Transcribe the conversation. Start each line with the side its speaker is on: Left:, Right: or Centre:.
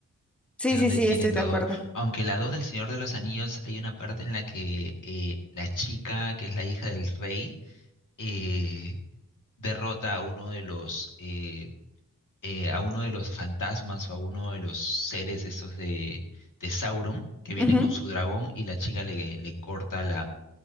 Centre: sí,
Left: es
Centre: sí,
Left: donde
Centre: sí,
Left: tienen
Centre: estoy
Left: todo.
Centre: de acuerdo.
Left: Aunque la 2 del Señor de los Anillos hay una parte en la que eh, la chica, que es la hija del rey, eh, derrota a uno de los eh, eh, a uno de los fantasmas o a uno de los seres esos de, de Sauron, que viene
Centre: Ujú.
Left: con su dragón y la chica le, le corta